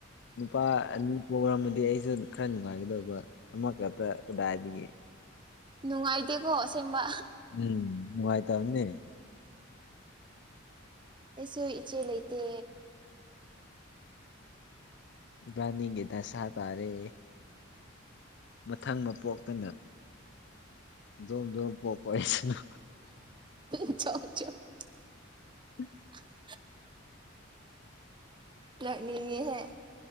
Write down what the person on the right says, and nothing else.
ꯅꯨꯡꯉꯥꯏꯇꯦꯀꯣ ꯑꯁꯦꯡꯕ
ꯑꯩꯁꯨ ꯏꯆꯦ ꯂꯩꯇꯦ
<inaudible>
ꯑ ꯂꯅꯤꯡꯉꯍꯦ